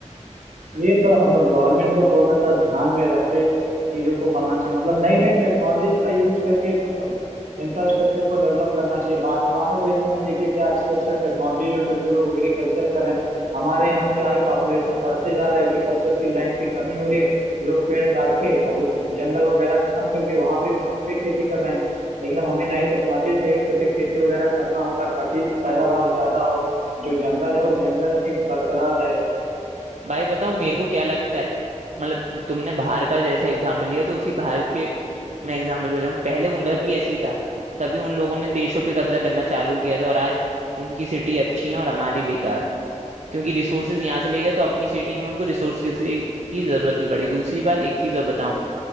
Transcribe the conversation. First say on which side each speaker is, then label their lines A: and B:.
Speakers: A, on the right; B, on the right.
A: ये तो है, मतलब गवर्नमेंट को थोड़ा सा ध्यान में रख के चीजों को बनाना चाहिए मतलब नई नई टेक्नोलॉजीज का यूज करके मतलब इंफ्रास्ट्रक्चर को डेवलप करना चाहिए बा, बाहर देशों में देखिए क्या अच्छा अच्छा टेक्नोलॉजी जो टेके लोग एग्रीकल्चर कर रहे हैं हमारे यहाँ क्या है पॉपुलेशन बढ़ते जा रहा है एग्रीकल्चर की लैंड की कमी हो रही है लोग पेड़ काट के अब जंगल वगैरह खत्म करके वहां पे भी खेती कर रहे हैं लेकिन अब हमें नई टेक्नोलॉजी का यूज करके खेती वगैरह करना होगा ताकि पैदावार ज्यादा हो जो जंगल है वो जंगल ही बरकरार रहे
B: भाई बताओ मेरे को क्या लगता है मतलब तुमने बाहर का जैसे एग्जाम्पल लिया तो उसी बाहर के मैं एग्जाम्पल ले रहा हूँ पहले उधर भी ऐसी ही था तभी उन लोगों ने देशों पे कब्जा करना चालू किया था और आज उनकी सिटी अच्छी है और हमारी बेकार क्योंकि रिसोर्सेज यहाँ से ले गए तो अपनी सिटी में उनको रिसोर्स की की जरूरत नहीं पड़ी दूसरी बात एक चीज़ और बताऊं